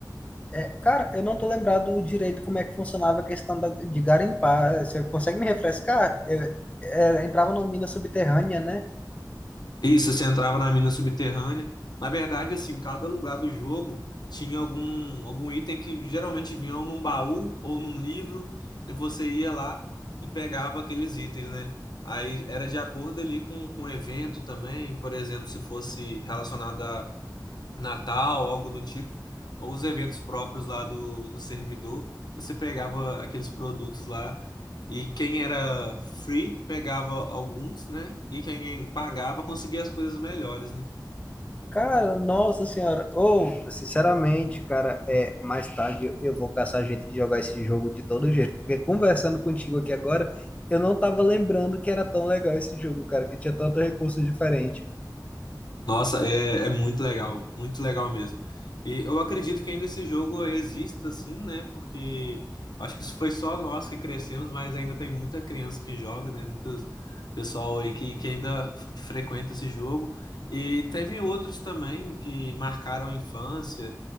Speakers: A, on the left; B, on the left.
A: É, cara, eu não tô lembrado direito como é que funcionava a questão da- de garimpar. Você consegue me refrescar? Eu- é, entrava numa mina subterrânea, né?
B: Isso, você entrava na mina subterrânea. Na verdade, assim, cada lugar do jogo tinha algum, algum item que geralmente vinha ou num baú ou num livro, e você ia lá e pegava aqueles itens, né? Aí era de acordo ali com, com o evento também, por exemplo, se fosse relacionado Natal, algo do tipo, ou os eventos próprios lá do, do servidor, você pegava aqueles produtos lá e quem era free pegava alguns, né? E quem pagava conseguia as coisas melhores, né?
A: Cara, nossa senhora. Ou, sinceramente, cara, é, mais tarde eu eu vou caçar jeito de jogar esse jogo de todo jeito, porque conversando contigo aqui agora, eu não tava lembrando que era tão legal esse jogo, cara, que tinha tanto recurso diferente.
B: Nossa, é, é muito legal, muito legal mesmo. E eu acredito que ainda esse jogo exista, assim, né? Porque acho que isso foi só nós que crescemos, mas ainda tem muita criança que joga, né? Muitos pessoal aí que, que ainda f- frequenta esse jogo. E teve outros também que marcaram a infância,